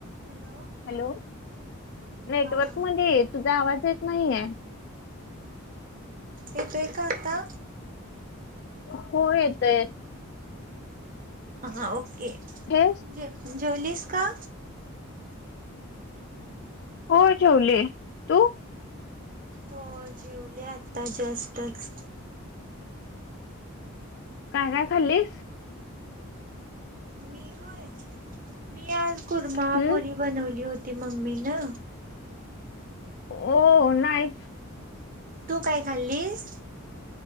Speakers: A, on the right; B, on the left.
A: Hello!
B: Hello network
A: हा
B: मध्ये तुझा आवाज येत नाहीये.
A: येतोय का आता.
B: हो येत य.
A: हा ओके.
B: <inaudible>
A: जेव जेवलीस का?.
B: होय जेवले तू.
A: हो जेवले आता जस्टच
B: काय काय खालीस?
A: मी होय मी आज कुरमापुरी
B: हम्म
A: बनवली होती मम्मी ना.
B: हो नाही.
A: तू काय खाल्लीस.